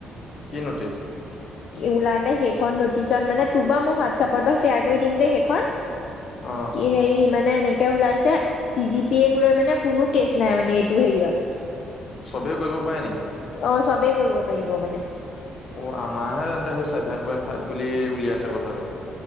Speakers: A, on the left (about 55°); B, on the left (about 70°).
A: কি নটিছ?
B: ওলালে সেইখন নটিচত মানে তোক বা মো হোৱাটছএপৰ পৰা শ্বেয়াৰ কৰি দিম দেই সেইখন।
A: অ
B: কি সেই মানে এনেকে ওলাইছে চি জি পি এক লৈ মানে কোনো কেচ নাই মানে এইটো হেৰিয়ত।
A: চবেই কৰিব পায় নেকি?
B: অ চবেই কৰিব পাৰিব মানে
A: অ আমাৰহে তেন্তে সেই ছেভেন পইন ফাইভ বুলি উলিয়াইছে কথাটো।